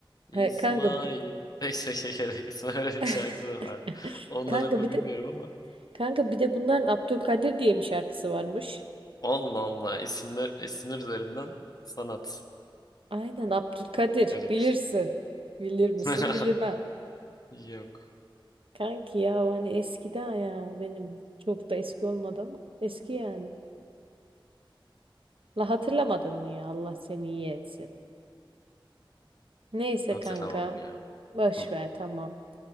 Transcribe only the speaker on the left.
İsmail.
<laughs> Pek çekerek İsmail. Öyle bir
şarkı da var. Onları
mı
bilmiyorum
ama.
Allah Allah. İsimler, isimler üzerinden sanat.
Garip.
<laughs>
Yok.
Hatırlamadım
ya.
Hı.